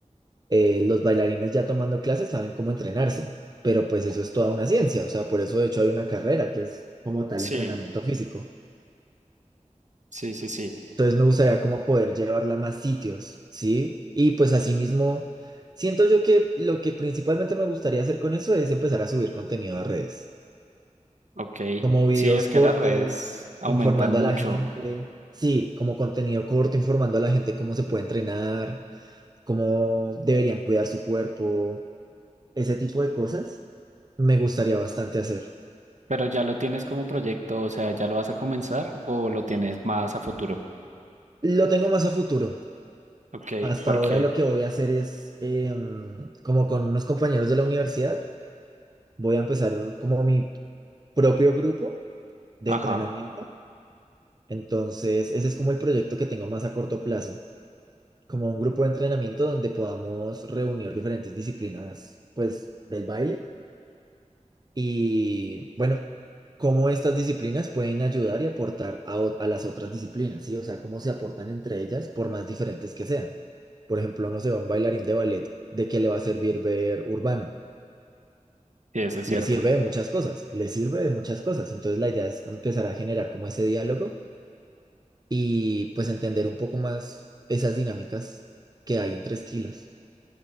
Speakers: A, on the right (about 30°); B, on the right (about 65°).
A: eh, los bailarines ya tomando clases saben cómo entrenarse, pero pues eso es toda una ciencia, o sea, por eso de hecho hay una carrera que es como tal
B: sí,
A: entrenamiento físico.
B: sí, sí, sí.
A: Entonces me gustaría como poder llevarla a más sitios, ¿sí? Y pues asimismo, siento yo que lo que principalmente me gustaría hacer con eso es empezar a subir contenido a redes.
B: Ok,
A: como videos
B: sí, es que
A: cortos,
B: las redes aumentan
A: informando
B: mucho,
A: a la gente. Sí, como contenido corto, informando a la gente cómo se puede entrenar, cómo deberían cuidar su cuerpo, ese tipo de cosas me gustaría bastante hacer.
B: pero ya lo tienes como proyecto, o sea, ¿ya lo vas a comenzar o lo tienes más a futuro?
A: Lo tengo más a futuro.
B: Ok,
A: Hasta
B: porque,
A: ahora lo que voy a hacer es, em, como con unos compañeros de la universidad, voy a empezar como mi propio grupo de
B: ajá,
A: entrenamiento. Entonces, ese es como el proyecto que tengo más a corto plazo. como un grupo de entrenamiento donde podamos reunir diferentes disciplinas, pues, del baile. Y bueno, cómo estas disciplinas pueden ayudar y aportar a, o- a las otras disciplinas, ¿sí? O sea, cómo se aportan entre ellas, por más diferentes que sean. Por ejemplo, no sé, un bailarín de ballet, ¿de qué le va a servir ver urbano?
B: sí, eso es
A: Le
B: cierto.
A: sirve de muchas cosas, le sirve de muchas cosas. Entonces, la idea es empezar a generar como ese diálogo y pues entender un poco más esas dinámicas que hay entre estilos.